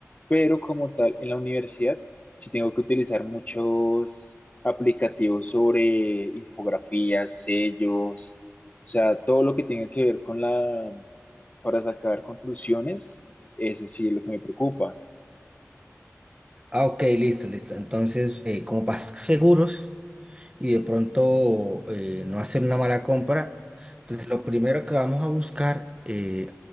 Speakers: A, on the left; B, on the right.
A: Pero como tal, en la universidad sí tengo que utilizar muchos aplicativos sobre infografías, sellos, o sea, todo lo que tenga que ver con la, para sacar conclusiones, eso sí es lo que me preocupa.
B: Ah, ok, listo, listo. Entonces, eh, como para estar seguros. y de pronto eh, no hacer una mala compra. Entonces, lo primero que vamos a buscar eh,